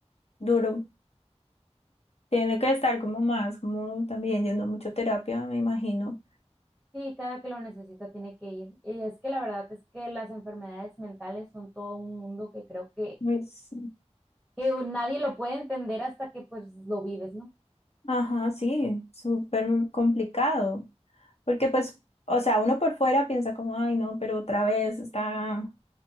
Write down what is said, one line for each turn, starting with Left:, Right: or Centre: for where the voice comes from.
Left: duro. Tiene que estar como más, como también yendo a mucho terapia, me imagino.
Centre: sí, cada que lo necesita tiene que ir. Y es que la verdad es que las enfermedades mentales son todo un mundo que creo que,
Left: Pues,
Centre: que nadie lo puede entender hasta que pues lo vives, ¿no?
Left: ajá, sí, súper complicado. Porque pues, o sea, uno por fuera piensa como, ay, no, pero otra vez está